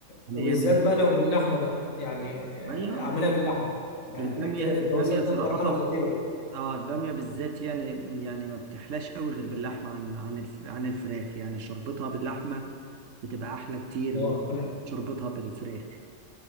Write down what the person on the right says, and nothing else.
يعني
هي من ال...
هي آه،
البامية
البامية
صراحة
اه البامية بالذات يعني يعني ما بتحلاش قوي غير باللحمة عن عن الف... عن الفراخ يعني شربتها باللحمة بتبقى احلى كتير
من
شربتها بالفراخ